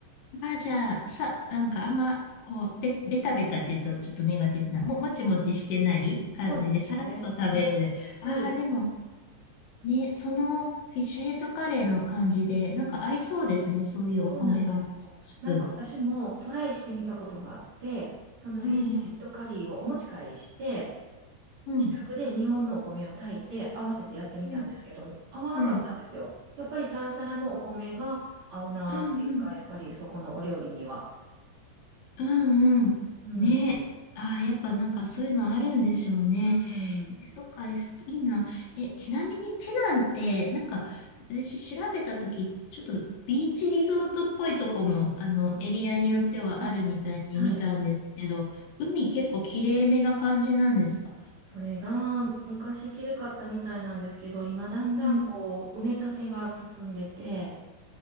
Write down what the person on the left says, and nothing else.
あ、じゃあ、さ、なんかあんま、こう、べ、ベタベタって言うとちょっとネガティブな、も、もちもちしてない感じで、
さらっと食べれる。
ああ、でも、ね、そのフィッシュヘッドカレーの感じで、なんか合いそうですね、そういうお米が、
まさしく。
うんうん、うん、
うん、
うん、うん、
うん、
うんうん。
ね、ああ、やっぱなんかそういうのあるんでしょうね。
え、そっか、えすいいな。え、ちなみにペナンって、なんか、私調べたとき、ちょっとビーチリゾートっぽいとこも、あの、エリアによってはあるみたいに見たんですけど、
海結構きれいめな感じなんですか
うん